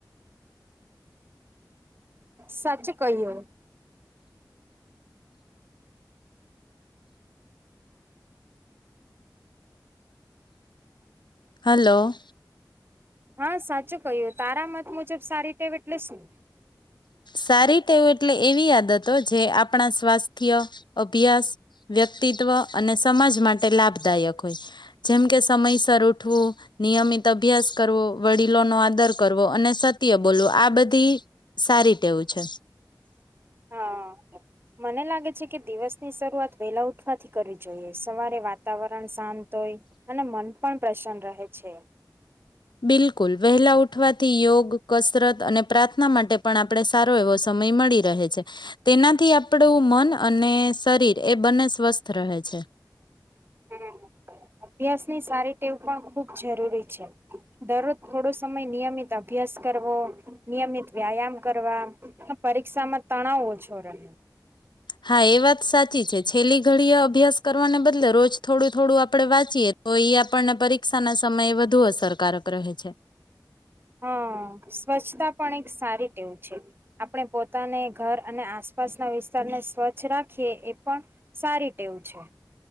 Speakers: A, on the right; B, on the left.
A: સાચું ક્યું.
B: હલો.
A: હા સાચું કયું તારા મત મુજબ સારી ટેવ એટલે શું.
B: સારી ટેવ એટલે એવી આદતો જે આપણા સ્વાસ્થ્ય અભ્યાસ વ્યક્તિ <unintelligible> અને સમાજ માટે લાભદાયક હોય જેમ કે સમયસર ઉઠવું નિયમિત અભ્યાસ કરવો વડીલો નો આદર કરવો અને સત્ય બોલવો આ બધી સારી ટેવ છે.
A: હા મને લાગે છે કે દિવસ ની શરૂઆત વેલા ઉઠવાથી કરવી જોઈએ સવારે વાતાવરણ શાંત. હોય અને મન પણ પ્રસન્ન રહે છે.
B: બિલકુલ વહેલા ઉઠવાથી યોગ કસરત અને પ્રાર્થના માટે પણ આપણેે સારો એવો સમ સમય મળી રહે છે તેનાથી આપણું મન અને શરીર એ બંને સ્વસ્થ રહે છે.
A: હમ. અભ્યાસ ની સારી ટેવ પણ ખૂબ જરૂરી છે દરરોજ થોડો સમય નિયમિત અભ્યાસ કરો નિયમિત વ્યાયામ કરવા પરીક્ષામાં તણાવ ઓછો રહે.
B: હા એ વાત સાચી છે છેલ્લી ઘડી અભ્યાસ કરવાને બદલે રોજ થોડું થોડું આપડણે વાંચીએ તો એ આપણને પરીક્ષાના સમયે વધુ અસરકારક રહે છે.
A: હમ સ્વચ્છતા પણ એક સારી ટેવ છે આપણે પોતાને ઘર અને આસપાસના વિસ્તારને સ્વચ્છ રાખીએ એ પણ સારી ટેવ છે.